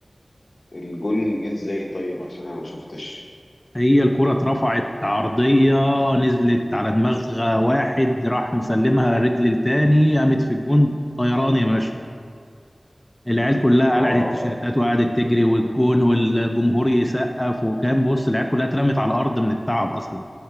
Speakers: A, on the left; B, on the left.
A: الجون جه ازاي طيب عشان انا ما شفتش
B: هي الكرة اترفعت عرضية نزلت على دماغ واحد راح مسلمها رجل التاني قامت في الجون طيران يا باشا العيال كلها
A: اه
B: قلعت التيشيرتات وقعدت تجري والجون والجمهور يسقف وكان بص العيال كلها اترمت على الارض من التعب اصلا